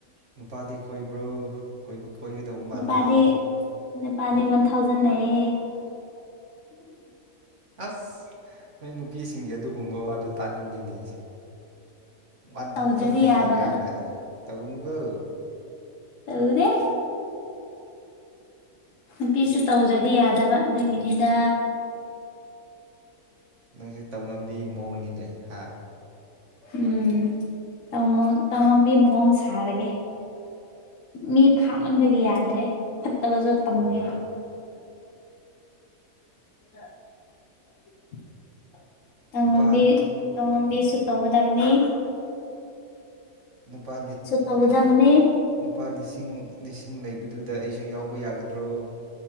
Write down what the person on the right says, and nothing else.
ꯅꯨꯄꯥꯗꯤ ꯀꯣꯏꯕ꯭ꯔꯣ ꯀꯣꯏꯕ ꯀꯣꯏꯒꯗꯧꯕ ꯃꯥꯜꯂꯤ
ꯑꯁ ꯅꯣꯏ ꯅꯨꯄꯤꯁꯤꯡꯒꯤ ꯑꯗꯨ ꯇꯨꯝꯕ ꯋꯥꯗꯣ ꯇꯥꯅꯤꯡꯗꯦꯅꯦ ꯑꯩꯁꯦ ꯋꯥꯟ
ꯊꯥꯎꯖꯟ ꯂꯩꯌꯦ
ꯀꯥꯏꯅ ꯇꯧꯟꯒꯣ
ꯅꯪꯁꯦ ꯇꯧꯉꯝꯕꯤ ꯃꯑꯣꯡꯅꯤꯅꯦ ꯍꯥ
ꯎꯝ
ꯅꯨꯄꯥ
ꯄꯥ
ꯅꯨꯄꯥ ꯂꯤꯁꯤꯡ ꯂꯤꯁꯤꯡ ꯂꯩꯕꯗꯨꯗ ꯑꯩꯁꯨ ꯌꯥꯎ ꯍꯧꯕ ꯌꯥꯒꯗ꯭ꯔꯣ